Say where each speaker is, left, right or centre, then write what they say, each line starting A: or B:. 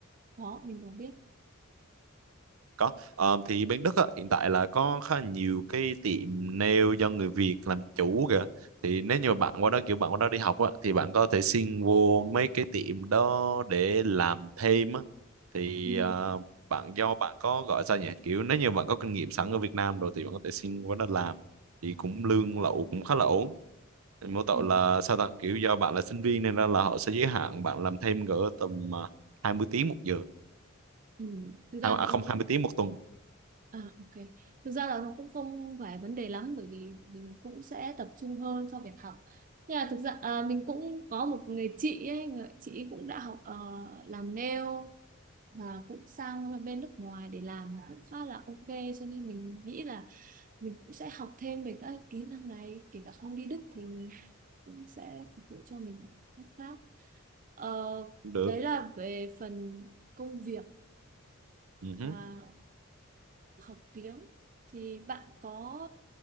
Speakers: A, on the right; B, on the right.
A: đó mình có biết
B: Có, Ờ, thì bên Đức á, hiện tại là có khá là nhiều cái tiệm nail do người Việt làm chủ kìa. Thì nếu như mà bạn qua đó kiểu bạn qua đó đi học á, thì bạn có thể xin vô mấy cái tiệm đó để làm thêm á. Thì
A: ừ.
B: ờ, bạn do bạn có gọi sao nhỉ? Kiểu nếu như bạn có kinh nghiệm sẵn ở Việt Nam rồi thì bạn có thể xin qua đó làm. Thì cũng lương lậu cũng khá là ổn. Thì mỗi tội
A: Ừ.
B: là sao ta? Kiểu do bạn là sinh viên nên ra là họ sẽ giới hạn bạn làm thêm cỡ tầm ờ, 20 tiếng một giờ.
A: Ừ. thực ra
B: Hai- À
A: cũng-
B: không
A: nó cũng
B: 20 tiếng một tuần
A: à ok thực ra là nó cũng không phải vấn đề lắm bởi vì mình cũng sẽ tập trung hơn cho việc học nhưng mà thực ra à, mình cũng có một người chị ấy người chị ấy cũng đã học ờ, làm nail và cũng sang bên nước ngoài để làm cũng khá là ok cho nên mình nghĩ là mình cũng sẽ học thêm về các kỹ năng này kể cả không đi Đức thì cũng sẽ phục vụ cho mình lúc khác ờ,
B: cũng được.
A: đấy là về phần công việc
B: Ừ
A: và học tiếng thì bạn có